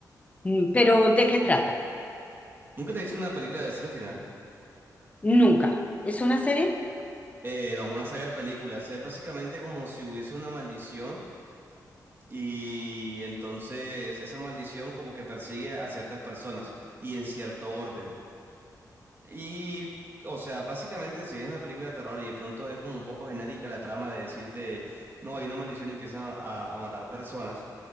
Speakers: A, on the left; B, on the right.
A: mm, pero ¿de qué trata?
B: ¿Nunca te viste una película de Destino Final?
A: Nunca. ¿Es una serie?
B: Eh, no, es una saga de películas. Es básicamente como si hubiese una maldición y entonces esa maldición como que persigue a ciertas personas y en cierto orden. Y, o sea, básicamente si bien es una película de terror y de pronto es como un poco genérica la trama de decir de, no, hay una maldición y empiezan a, a matar personas,